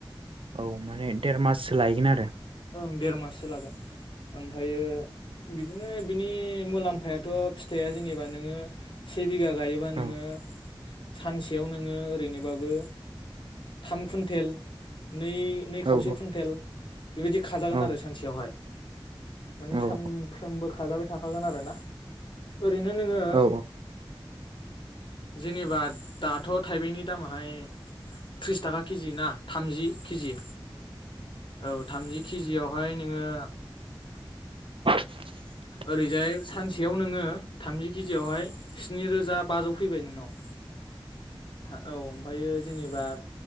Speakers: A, on the right (about 75°); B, on the left (about 65°).
A: औ माने देर माससो लायगोन आरो।
B: ओं देर माससो लागोन ओमफायो बिदिनो बिनि मुलाम्फायाथ' फिथाइया जेनेबा नोङो से बिघा गायोबा नोङो
A: औ
B: सानसेयाव नोङो ओरैनोबाबो थाम कुन्टेल नै नै
A: औ
B: खावसे कुइन्टेल बेबायदि खाजागोन
A: औ
B: आरो सानसेयावहाय माने
A: औ
B: सानफ्रोमबो खाजाबाय थाखागोन आरो ना। ओरैनो नोङो
A: औ
B: जेनेबा दाथ' थाइबेंनि दामाहाय थ्रिस थाखा केजि ना थामजि केजि औ थामजि केजि आयावहाय नों ङो
A: <inaudible>
B: ओरैजाय सानसेयाव नोङो थामजि केजियावहाय स्नि रोजा बाजौ फैबाय नोंनाव औ ओमफायो जेनेबा